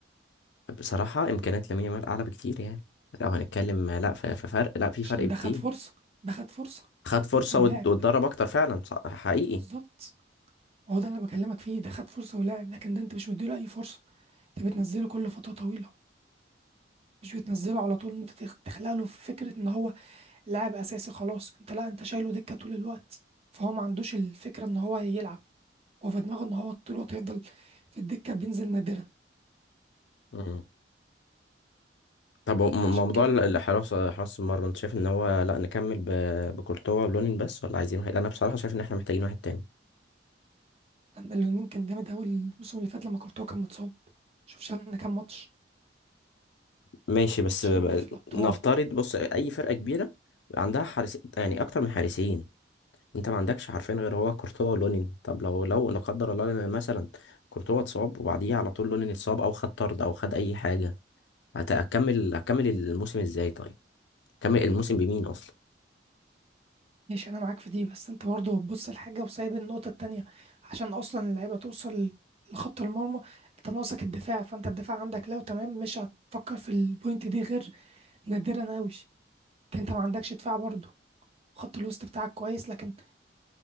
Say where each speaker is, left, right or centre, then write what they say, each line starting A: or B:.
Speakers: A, on the left; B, on the right.
A: بصراحة إمكانيات لامين يامال أعلى بكتير يعني لو هنتكلم آه، لأ في في فرق لأ في
B: عشان
A: فرق بكتير
B: ده خد فرصه ده خد فرصه
A: خد
B: خد
A: فرصة
B: فرصه ولعب
A: وات- واتدرب أكتر فعلا صح- حقيقي
B: بالظبط هو ده اللي انا بكلمك فيه ده خد فرصه ولعب لكن ده انت مش مديله اي فرصه انت بتنزله كل فترة طويلة مش بتنزله على طول انت تخ- تخلق له فكرة ان هو لاعب اساسي خلاص انت لا انت شايله دكة طول الوقت فهو ما عندوش الفكرة ان هو يلعب هو في دماغه ان هو طول الوقت هيفضل في الدكة بينزل نادرا
A: مم. طب و- م-
B: عشان
A: موضوع
B: كده
A: ال- الحراسة حراسة حراسة المرمى أنت شايف إن هو لأ نكمل ب- بكورتوا ولونين بس ولا عايزين واحد أنا بصراحة شايف إن إحنا محتاجين واحد تاني
B: انا اللي كان جامد اوي الموسم اللي فات لما كورتوا كان متصاب شوف شالنا كام ماتش
A: ماشي بس
B: شالنا
A: ب- ب-
B: في الابطال
A: نفترض بص أي فرقة كبيرة عندها حارس يعني أكتر من حارسين انت ما عندكش حرفين غير هو كورتوا ولونين طب لو لو لا قدر الله لنا مثلا كورتوا اتصاب وبعديه على طول لونين اتصاب او خد طرد او خد اي حاجه هت- هتكمل هتكمل الموسم ازاي طيب هتكمل الموسم بمين اصلا
B: ماشي انا معاك في دي بس انت برضه بتبص الحاجه وسايب النقطه التانية عشان اصلا اللعيبه توصل لخط المرمى انت ناقصك الدفاع فانت الدفاع عندك لو تمام مش هتفكر في البوينت دي غير نادرا قوي انت ما عندكش دفاع برضه خط الوسط بتاعك كويس لكن